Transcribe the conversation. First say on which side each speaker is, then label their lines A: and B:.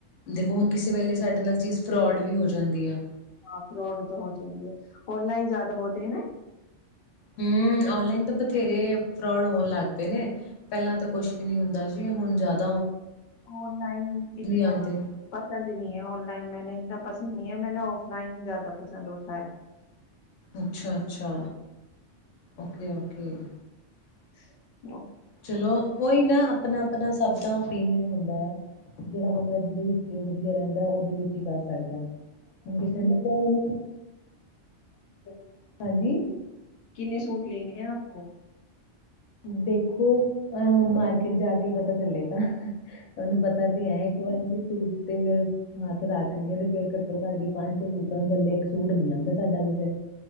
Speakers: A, on the left; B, on the left.
A: ਦੇਖੋ ਹੁਣ ਕਿਸੇ ਵੇਲੇ ਸਾਡੇ ਨਾਲ ਚੀਜ਼ ਫਰੋਡ ਵੀ ਹੋ ਜਾਂਦੀ ਆ।
B: ਹਾਂ, ਫਰੋਡ ਤਾਂ ਹੋ ਜਾਂਦੀ ਐ, ਔਨਲਾਈਨ ਜੈਦਾ ਹੋਤੇ ਹੈ ਨਾ।
A: ਹੂੰ, ਔਨਲਾਈਨ ਤਾਂ ਬਥੇਰੇ ਫਰੋਡ ਹੋਣ ਲੱਗ ਪੇ ਨੇ ਪੈਲਾਂ ਤਾਂ ਕੁਛ ਵੀ ਨੀ ਹੁੰਦਾ ਸੀ ਹੁਣ ਜੈਦ
B: ਔਨਲਾਈਨ ਇਤਨਾ
A: ਆਂਦੇ,
B: ਪਸੰਦ ਨ੍ਹੀਂ ਹੈ, ਔਨਲਾਈਨ ਮੈਨੂੰ ਇੰਦਾ ਪਸੰਦ ਨੀ ਐ, ਮੈ ਨਾ ਔਫਲਾਈਨ ਹੀ ਜੈਦਾ ਪਸੰਦ ਹੋਤਾ ਹੈ।
A: ਅੱਛਾ ਅੱਛਾ, ਓਕੇ ਓਕੇ।
B: <inaudible>
A: ਚਲੋ ਓਈ ਨਾ ਅਪਣਾ ਅਪਣਾ ਸਭ ਦਾ ਔਪੀਨੀਅਨ ਹੁੰਦਾ ਐ ਜੇੜਾ ਬੰਦਾ ਜਿਦੇ ਵਿੱਚ ਵਧੀਆ ਰੈੰਦਾ ਓਦੇ ਵਿੱਚ ਹੀ ਕਰ ਸਕ ਸਕਦਾ ਐ, ਕਿਸੇ ਨੂੰ ਕੈ ਨਾ <inaudible> ਹਾਂਜੀ।
B: ਕਿੰਨੇ ਸੂਟ ਲੈਣੇੇ ਹੈ ਆਪ ਕੋ।
A: ਦੇਖੋ ਔ ਹੋਣ ਮਾਰਕੀਟ ਜਾ ਕੇ ਪਤਾ ਚੱਲੇਗਾ। ਤੁਹਾਨੂੰ ਪਤਾ ਤੇ ਹੈ ਇੱਕ ਵਾਰ ਅਸ ਸੀ ਸੂਟ ਤੇ ਫੇਰ ਹੱਥ ਰੱਖ ਲਈਏ ਤੇ ਫੇਰ ਘੱਟੋ ਘੱਟ ਵੀ ਪੰਜ ਛੇ ਸੂਟਾਂ ਨੂੰ ਥੱਲੇ ਇੱਕ ਸੂਟ ਨੀ ਆਂਦਾ ਸਾਡਾ ਵੀ ਫੇਰ।